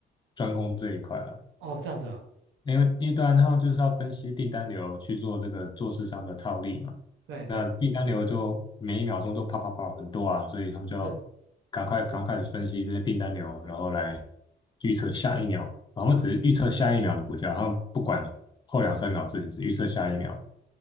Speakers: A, on the left; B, on the right.
A: 专攻这一块了，
B: 哦，这样子哦，
A: 因为因为当然他们就是要分析订单流去做那个做市商的套利嘛。
B: 对对，
A: 那订单流就每一秒钟都啪啪啪很多啊，所以他们就要
B: 是
A: 赶快赶快的分析这些订单流，然后来预测下一秒。然后他们只是预测下一秒的股价，然后不管后两三秒的事情，只预测下一秒。